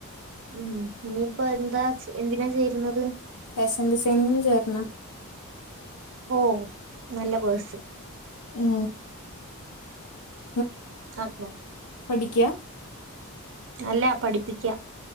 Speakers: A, on the right; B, on the left.
A: ഉം ഇനിയിപ്പോ എന്താ എന്തിനാ ചേരുന്നത്?
B: ഫാഷൻ ഡിസൈനിങ്ങിന് ചേരണം.
A: ഓ നല്ല കോഴ്സ്.
B: ഉം ഉം.
A: അതെ.
B: പഠിക്യാ?
A: അല്ല പഠിപ്പിക്ക്യ.